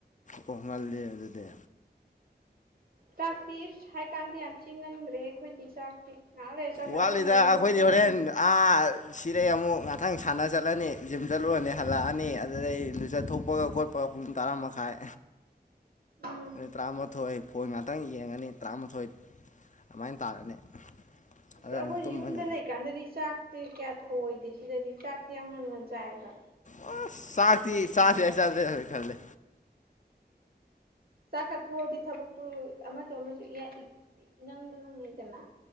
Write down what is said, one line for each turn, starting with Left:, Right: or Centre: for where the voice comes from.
Left: ꯑꯣ ꯉꯜꯂꯤ ꯑꯗꯨꯗꯤ
Right: ꯆꯥꯛꯇ ꯍꯥꯏꯀꯥꯟꯗ ꯌꯥꯝ ꯊꯤꯍꯟꯈ꯭ꯔꯦ ꯑꯩꯈꯣꯏꯗꯤ ꯆꯥꯛꯇꯤ ꯉꯥꯏꯍꯥꯛ ꯂꯩꯔ ꯆꯥꯛ
Left: ꯋꯥꯠꯂꯤꯗ
Right: ꯆꯥꯊꯣꯛꯅꯔꯦ ꯑꯗꯨ
Left: ꯑꯩꯈꯣꯏꯗꯤ
Right: ꯄꯨꯡ
Left: ꯍꯣꯔꯦꯟ ꯑꯥ ꯁꯤꯔꯦ ꯑꯃꯨꯛ ꯉꯍꯇꯪ ꯁꯥꯟꯅ ꯆꯠꯂꯅꯤ ꯖꯤꯝ ꯆꯠꯂꯨꯔ ꯐꯅꯦ ꯍꯜꯂꯛꯑꯅꯤ ꯑꯗꯨꯗ ꯑꯩ ꯂꯨꯆꯠ ꯊꯣꯛꯄꯒ ꯈꯣꯠꯄꯒ ꯇꯔꯥꯃꯈꯥꯏ
Right: ꯎꯝ
Left: ꯑ ꯇꯔꯥꯃ ꯊꯣꯏ ꯐꯣꯟ ꯉꯥꯛꯇꯪ ꯌꯦꯡꯉꯅꯤ ꯇꯔꯥꯃꯥꯊꯣꯏ ꯑꯗꯨꯃꯥꯏꯅ ꯇꯥꯔꯅꯤ
Right: ꯑꯁ
Left: ꯑꯗ
Right: ꯑꯩꯈꯣꯏꯁꯦ
Left: ꯑꯃꯨꯛ ꯇꯨꯝꯃꯅꯤ
Right: ꯌꯨꯝꯗ ꯂꯩꯀꯥꯟꯗꯗꯤ ꯆꯥꯛ ꯇꯦ ꯀꯌꯥ ꯊꯧꯑꯣꯏꯗꯦ ꯁꯤꯗꯗꯤ ꯆꯥꯛꯇ ꯌꯥꯝ ꯉꯟꯒꯟ ꯆꯥꯏꯌꯦꯕ꯭ꯔ
Left: ꯑꯣ ꯁꯥ ꯊꯤ ꯁꯥꯁꯤ ꯍꯥꯏ ꯆꯦ ꯈꯜꯦ
Right: ꯆꯥꯛ ꯀꯥ ꯊꯣꯛꯑꯗꯤ ꯊꯕꯛꯇꯨ ꯑꯃꯁ ꯑꯃꯁꯨ ꯅꯪꯕ ꯅꯪꯉꯗꯅ